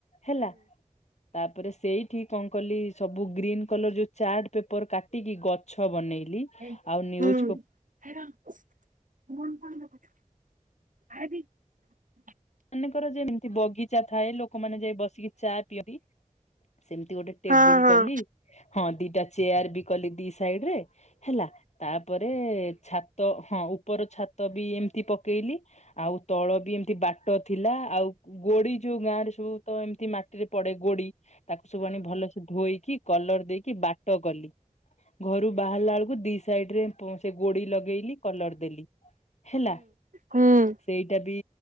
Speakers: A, on the left (about 60°); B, on the right (about 80°).
A: ହେଲା। ତାପରେ ସେଇଠି କଣ କଲି ସବୁ ଗ୍ରୀନ୍ କଲର ଯୋଉ ଚାର୍ଟ ପେପର କା ଟିକି ଗଛ ବନେଇଲି।
B: ହୁଁ।
A: ଆଉ ନ୍ୟୁଜ ପେ
B: <unintelligible>
A: ମେକର ଯେମିତି ବଗିଚା ଥାଏ ଲୋକମାନେ ଯାଇ ବସିକି ଚା ପିଅନ୍ତି। ସେମିତି ଗୋଟେ ଟେବୁଲ
B: ହଁ
A: କଲି। ହଁ ଦିଟା ଚେୟାର ବି କଲି ଦି ସାଇଡ ରେ ହେଲା ତାପରେ ଛା ତ ହଁ ଉପର ଛାତ ବି ଏମିତି ପକେଇଲି ଆଉ ତଳ ବି ଏମିତି ବାଟ ପଟ ଥିଲା ଆଉ ଗୋଡି ଯୋଉ ଗାଁ ରେ ସବୁ ତ ଏମିତି ମାଟିରେ ପଡେ ଗୋଡି ତାକୁ ସବୁ ଆଣି ଭଲ ଧୋଇକି କଲର ଦେଇକି ବାଟ କଲି ଘରୁ ବାହାରିଲା ବେଳକୁ ଦି ସାଇଡ ରେ ସେ ଗୋଡି ଲଗେଇଲି କଲର ଦେଲି ହେଲା
B: ହଁ
A: ସେଇଟା ବି